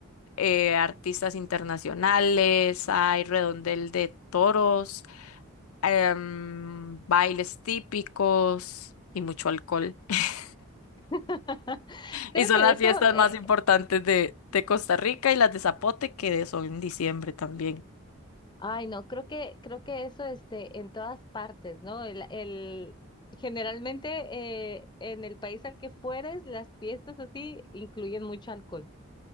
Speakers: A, on the left; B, on the left.
A: eh, artistas internacionales, hay redondel de toros. em, bailes típicos y mucho alcohol. <laughs>
B: <laughs> Creo
A: Y son
B: que
A: las
B: eso,
A: fiestas
B: eh,
A: más importantes de, de Costa Rica y las de Zapote, que son en diciembre también.
B: Ay, no, creo que, creo que eso este, en todas partes, ¿no? El, el- generalmente eh, en el país al que fueres, las fiestas así incluyen mucho alcohol.